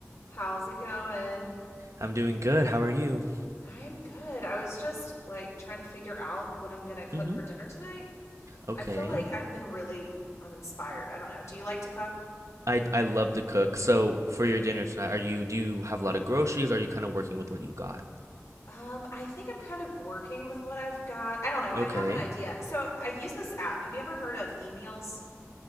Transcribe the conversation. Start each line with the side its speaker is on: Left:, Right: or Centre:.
Left: How's it going?
Right: I'm doing good. How are you?
Left: I am good. I was just like trying to figure out what I'm going to cook
Right: hmm
Left: for dinner tonight.
Right: Okay.
Left: I feel like I've been really uninspired. I don't know. Do you like to cook?
Right: I I love to cook. So for your dinner tonight, are you do you have a lot of groceries? Or are you kind of working with what you got?
Left: Um, I think I'm kind of working with what I've got. I don't know.
Right: Okay.
Left: I have an idea. So I use this app. Have you ever heard of e-meals?